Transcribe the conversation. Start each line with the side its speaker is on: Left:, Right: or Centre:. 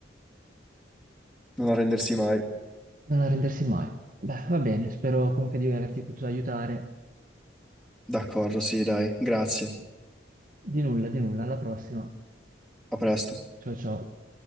Centre: non arrendersi mai.
Right: Non arrendersi mai. Beh, va bene, spero comunque di averti potuto aiutare.
Centre: D'accordo, sì, dai, grazie.
Right: Di nulla, di nulla, alla prossima.
Centre: A presto.
Right: Ciao ciao.